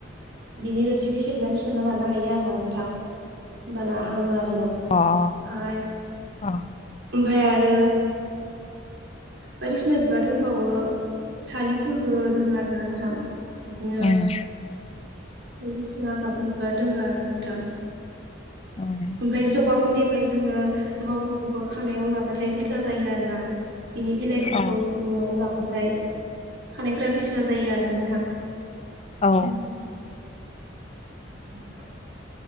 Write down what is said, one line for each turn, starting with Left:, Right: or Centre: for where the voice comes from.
Right: बिनि रोसिखौ सेबनानै सोना लानो हायो आरा नोंथां। होनबाना हामो आरोना ओमफ्राय
Left: अ अ
Right: ओमफ्राय आरो बायदिसिना बिबार दंबावो थालिर फुलबो दोङ आरो ना नोंथां। बिदिनो
Left: उम
Right: बायदिसिना गाबनि बिबार दोङो आरोना नोंथां।
Left: उम
Right: ओमफ्राय जबा फुलनि फ्राय जोङो जबाफोरखौबो खानायाव लाबाथाय बिस्ला जायो आरो ना बिनि बिलाइखौबो
Left: अ
Right: फुदुंनानै लाबायथाय खानायफोरा बिस्ला जायो आरोना नोंथां
Left: औ
Right: उम। <inaudible>